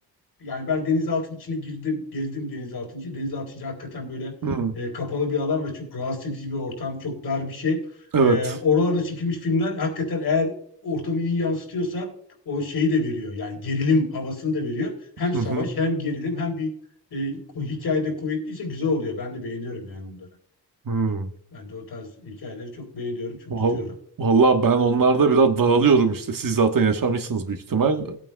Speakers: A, on the left; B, on the right.
A: yani ben denizaltının içine girdim, gezdim denizaltının içi. Denizaltı içi hakikaten böyle
B: Hı.
A: e, kapalı bir alan ve çok rahatsız edici bir ortam, çok dar bir şey.
B: Evet.
A: E, oralarda çekilmiş filmler hakikaten eğer ortamı iyi yansıtıyorsa o şeyi de veriyor. Yani gerilim havasını da veriyor. Hem
B: Hı
A: savaş
B: hı.
A: hem gerilim hem bir e, ku- hikayede kuvvetliyse güzel oluyor. Ben de beğeniyorum yani onları.
B: Hı.
A: Ben de o tarz hikayeleri çok beğeniyorum, çok
B: Val-
A: tutuyorum.
B: Vallahi ben onlarda biraz dağılıyorum işte. Siz zaten yaşamışsınız büyük ihtimal. Ee,